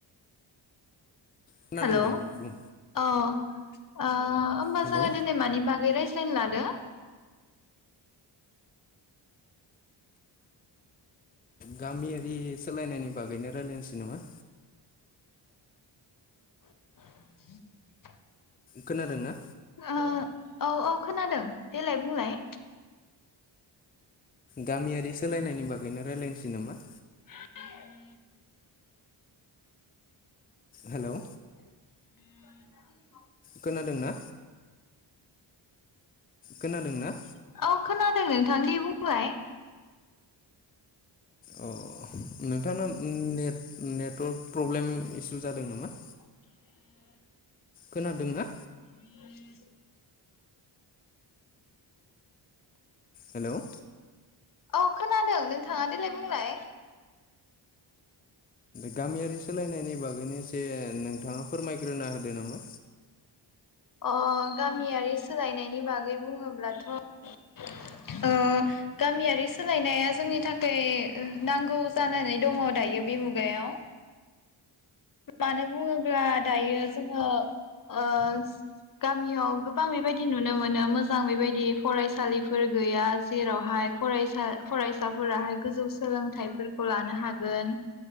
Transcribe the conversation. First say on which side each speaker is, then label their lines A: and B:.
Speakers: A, on the left; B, on the left.
A: खोनादों
B: हेल' अ
A: दे बुं
B: ओ होमबा
A: हेलौ
B: जोङो दिनै मानि बागै रायज फेन लादो।
A: गामियारि सोलायनायनि बागैनो रायलायनोसै नामा
B: <inaudible>
A: खोनादों ना
B: ओ औ औ खोनादों देलाय बुंलाय
A: गामियारि सोलायनायनि बागैनो रायलायनोसै नामा?
B: <unintelligible>
A: हेलौ
B: <unintelligible>
A: खोनादोंना खोनादों ना?
B: औ खोनादों नोंथां दे बुंलाय?
A: अ नोंथाना नेट नेटवारक प्रब्लेम इसु जादों नामा
B: <inaudible>
A: खोनादोंना?
B: <inaudible>
A: हेलौ
B: औ खोनादों नोंथाङा देलाय बुंलाय?
A: गामियारि सोलायनायनि बागैनो एसे नोंथाङा फोरमायगोन <unintelligible> होदो नामा
B: अ गामियारि सोलायनायनि बागै बुङोब्लाथ' ओ गामियारि सोलायनाया जोंनि थाखाय ओ नांगौ जानानै दङ दायो बे मुगायाव मानो बुङोब्ला दायो जोङो ओ गामियाव गोबां बेबायदि नुनो मोनो मोजां बेबायदि फरायसालिफोर गैया जेरावहाय फरायसा फरायसाफोराहाय गोजौ सोलोंथाइफोरखौ लानो हागोन